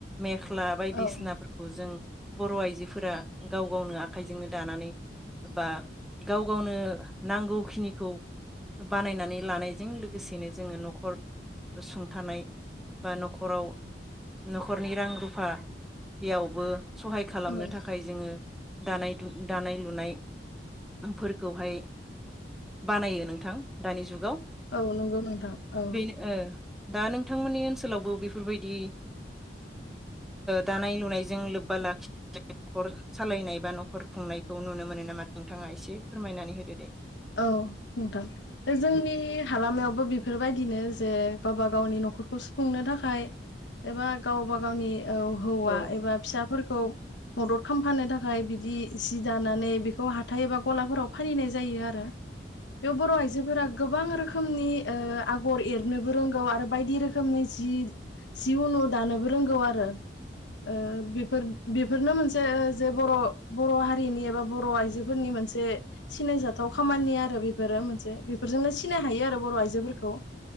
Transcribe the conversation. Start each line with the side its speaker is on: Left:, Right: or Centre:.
Centre: मेख्ला बायदिसिनाफोरखौ
Left: औ
Centre: जों बर' आइजोफोरा गाव गावनो आखाइजोंनो दानानै। बा गाव गावनो नांगौखिनिखौ बानायनानै लानायजों लोगोसेनो जोङो न'खर सुंथानाय बा नखराव नखरनि रां रुफा यावबो। सहाय खालामनो
Left: औ
Centre: थाखाय जोङो। दानाय दु दानाय। लुनाय। फोरखौहाय बानायो नोंथां दानि जुगाव।
Left: औ नंगौ नोंथां औ।
Centre: बेनो ओ दा नोंथांमोननि ओनसोलावबो बेफोरबायदि दानाय लुनायजों लोब्बा लाखि नखर सालायनाय बा नखर खुंनाय? खौ नुनो मोनो नामा नोंथाङा एसे फोरमायनानै होदो दे।
Left: औ नोंथां दा जोंनि हालामायावबो बेफोरबायदिनो जे गावबा गावनि न'खरखौ सुफुंनो थाखाय एबा गावबा गावनि औ हौवा
Centre: औ
Left: एबा फिसाफोरखौ। मदद खालामफानो थाखाय बिदि सि दानानै बेखौ हाथाय एबा गलाफोराव फालिनाय जायो आरो। ओ बेयाव बर आइजो। जोफोरा गोबां रोखोमनि ओ आगर एरनोबो रोंगौ आरो बायदि रोखोमनि जि सि उनु दानोबो रोंगौ आरो ओ। बेफोर बेफोरनो मोनसे जे बर-बर हारिनि एबा बर आइजोफोरनि मोनसे सिनायजा। गाव खामानि आरो बेफोरो मोनसे बेफोरजोंनो सिनाय हायो आरो। बर' आइजोफोरखौ